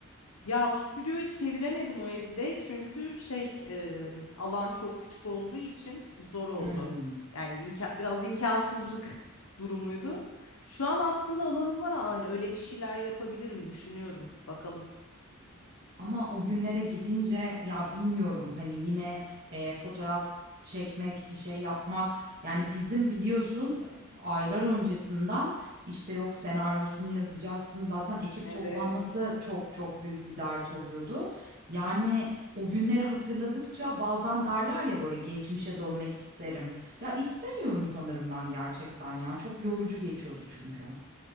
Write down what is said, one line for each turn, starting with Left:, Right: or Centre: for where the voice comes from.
Left: Ya stüdyoyu çeviremedim o evde çünkü şey e, alan çok küçük olduğu için zor oldu.
Right: Hıı.
Left: Yani imkan, biraz imkansızlık <laughs> durumuydu. Şu an aslında alanım var aynı öyle bir şeyler yapabilirim düşünüyorum. Bakalım.
Right: Ama o günlere gidince ya bilmiyorum hani yine, eee, fotoğraf çekmek, bir şey yapmak yani bizim biliyorsun aylar öncesinden işte yok senaryosunu yazacaksın zaten ekip
Left: Evet.
Right: toplanması çok çok büyük bir dert oluyordu. Yani o günleri hatırladıkça bazen derler ya böyle geçmişe dönmek isterim. Ya istemiyorum sanırım ben gerçekten ya çok yorucu geçiyordu çünkü.